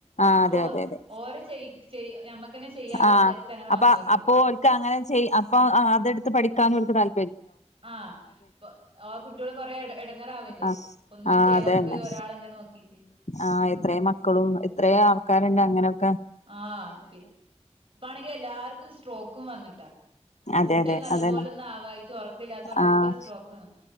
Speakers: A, on the left; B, on the right.
A: ആഹ്
B: അപ്പോ
A: അതെ അതെ അതെ
B: ഓര ചെയ മ്മക്ക് അങ്ങന ചെയ്യാലോ
A: ആഹ്
B: വിചാരിട്ട് അങ്ങനെ
A: അപ്പൊ
B: വന്നോരുണ്ട്
A: അപ്പൊ ഓൽക്ക് അങ്ങനെ ചെയ്യും അപ്പൊ അതെടുത്ത് പഠിക്കാനു ഓൽക്ക് താൽ
B: ആഹ് ആ കുട്ടികൾ കൊറെ ഇടങ്ങറാവല്ലേ
A: ആഹ്
B: ഒന്നും
A: ആഹ്
B: ചെയ്തൊക്കെ
A: അതന്നെ
B: ഒക്കെ ഒരാൾങ്ങനെ നോക്കിട്ട്
A: ആഹ് എത്ര മക്കളും എത്രയ ആൾക്കാരുണ്ട് അങ്ങനെക്കെ
B: ആ ഇപ്പാണെങ്കിൽ എല്ലാർക്കും സ്ട്രോക്കും വന്നിട്ടാ.
A: അതെ
B: ഫുഡ്
A: അതെ
B: നല്ലം
A: അതന്നെ
B: പോലെന്നും ആവായിട്ട്, ഉറക്കില്ലാത്തോണൊക്കെ
A: ആഹ്
B: സ്ട്രോക്ക് വന്ന്.